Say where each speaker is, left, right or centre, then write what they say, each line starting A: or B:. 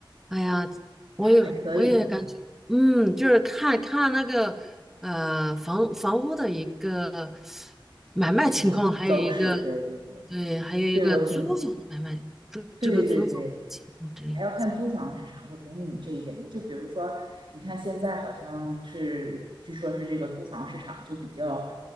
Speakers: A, in the centre; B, on the right.
A: 哎呀，我也我也感觉，
B: 还可以啊，
A: 嗯，就是看看那个呃房房屋的一个买卖情况，
B: 情况走势，
A: 还有一个。
B: 对对对。
A: 对，还有一个租房的买卖，
B: 对，我挺，
A: 这这个租房情况这样。
B: 对对对，还要看租房市场。我同意你这一点。你就比如说，你看现在好像是，据说是这个租房市场就比较